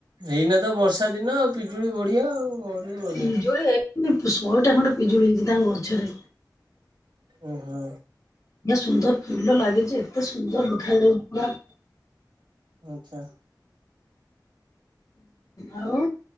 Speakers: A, on the right; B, on the left.
A: ଏଇନା ତ ବର୍ଷା ଦିନ ଆଉ ପିଜୁଳି ବଢିଆ ଆଉ। ବଢିଆ।
B: ପିଜୁଳି ହେଇଚି ଶହେଟା ଖଣ୍ଡେ ପିଜୁଳି ହେଇଚି ତାଙ୍କ ଗଛରେ।
A: ଓ ହୋ।
B: ଏ ସୁନ୍ଦର ଫୁଲ ଲାଗିଚି ଏତେ ସୁନ୍ଦର ଦେଖାଯାଉଲା।
A: ଆଚ୍ଛା।
B: ଆଉ